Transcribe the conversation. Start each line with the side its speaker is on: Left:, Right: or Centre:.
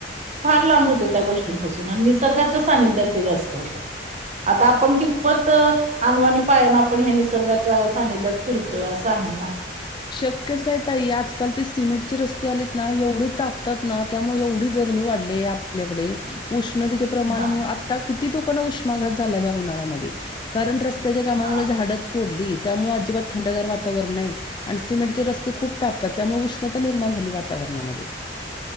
Right: फार लांब होते त्या गोष्टींपासून आणि निसर्गाच्या सानिध्यात ते जास्त होते. आता आपण कितपत आणवानी पायान आपण हे निसर्गाच्या सानिध्यात फिरतोय अस आहे ना.
Left: शक्यच नाही ताई आजकाल ते सिमेंटचे रस्ते आलेत ना एवढे तापतात ना. त्यामुळे एवढी गरमी वाढलीय आपल्याकडे. उष्णतेचे प्रमाण
Right: हा
Left: आता किती लोकांना उष्माघात झालाय ह्या उन्हाळ्यामध्ये कारण रस्ते त्याच्या कामामुळे
Right: हा
Left: झाड तोडली त्यामुळे अजिबात थंडगार वातावरण नाही. आणि सिमेंटचे रस्ते खूप तापतात त्यामुळे उष्णता निर्माण झाली वातावरणामध्ये.